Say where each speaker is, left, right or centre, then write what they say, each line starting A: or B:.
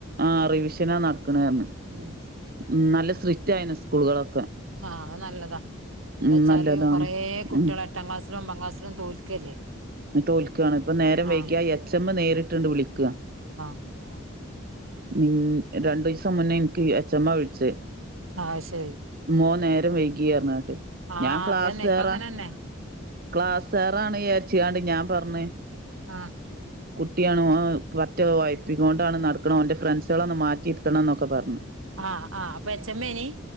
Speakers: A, on the right; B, on the right.
A: ആ റിവിഷനാ നടക്കണറഞ്ഞ്
B: ഉം
A: ഉം നല്ല ആയിന് സ്കൂളുകളൊക്കെ
B: ആഹ അത് നല്ലതാ ന്താച്ചാല്
A: ഉം നല്ലതാണ്
B: കൊറേ കുട്ടിളെ
A: ഉം
B: ത്താം ക്ലാസിലും ഒംബാക്ലാസിലും തോൽക്കല്ലേ
A: ന്ന് തോൽക്കാണ് ഇപ്പ നേരം
B: ആഹ്
A: വൈകിയ എച്ച് എമ്മ നേരിട്ടുണ്ട് വിളിക്കും
B: <unintelligible>
A: മ രണ്ടീസം മുന്നേ നിക്ക് എച്ചമ്മ വിളിചേ
B: ആഹ് ശരി
A: മോൻ നേ രം വൈകിറഞ്ഞ്ണ്ട്
B: ആഹ്
A: ഞാൻ ക്ലാസ്
B: അതന്നെ
A: കേറാ
B: ഇപ്പ അങ്ങനെന്നെ
A: ക്ലാസേറാണ്ജാരിച്ചാണ്ട് ഞാൻ പറഞ്ഞ്
B: ആഹ്
A: ടിയാണ് പറ്റെ ഒഴിപ്പികൊണ്ടാണ് നടക്ന ഓന്റെ ഫ്രെണ്ട്സ് കളെ മാറ്റി ഇ രു ത്തണം ഒക്കെ പറഞ്ഞു
B: ആഹ് ആഹ് അപ്പൊ എച്ചമ്മേനി